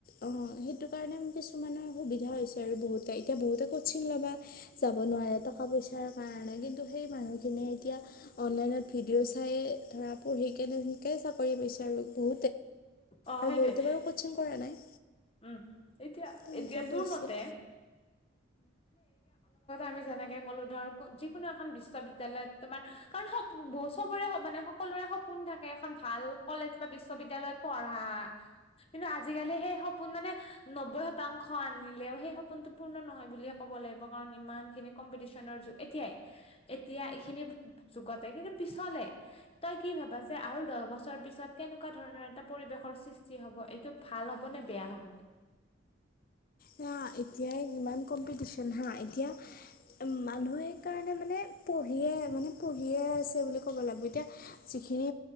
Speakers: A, on the left; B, on the left.
A: অ সেই সেইটো কাৰণে কিছুমানৰ সুবিধা হৈছে আৰু বহুতে এতিয়া বহুতে কচিং ল'বা যাব নোৱাৰে টকা পইচাৰ
B: উ
A: কাৰণে কিন্তু সেই মানুহ খিনিয়ে এতিয়া অনলাইনত ভিডিঅ' চাইে ধৰা পঢ়িকে নিকে চাকৰি পাইছ বু
B: অ
A: আৰু
B: সেইটোৱে
A: বহুতে বাৰু ক কৰা নাই
B: উম এতিয়া
A: তেনেকৈও
B: এয়া ত
A: পাইছে
B: মতেে আমি যেনেকে ক'লো ধৰ যিকোনো এখন বিশ্ববিদ্য়ালয়ত তোমাৰ কাৰণ স চবৰে মানে সকলোৰে সপোন থাকে এখন ভাল কলেজ বা বিশ্ববিদ্য়ালয়ত পঢ়া কিন্তু আজিকালি সেই সপোন মানে নব্বৈ শতাংশ আনিলেও সেই সপোনতো পূৰ্ণ নহয় বুলিয়ে ক'ব লাগিব কাৰণ ইমানখিনি কম্পিটিশ্যনৰ যুগ এতিয়াই এতিয়া এইখিনি যুগতে কিন্তু পিছলে তই কি ভাবা যে আৰু দহ বছৰ পিছত কেনেকুৱা ধৰণৰ এটা পৰিবেশৰ সৃষ্টি হব এইটো ভাল হব নে বেয়া হব
A: হা এতিয়াই ইমান কম্পিটিচন হা এতিয়া মানুহে সকাৰণে মানে পঢ়িয়ে মানে পঢ়িয়ে আছে বুলি ক'ব লাগিব এতিয়া যিখিনি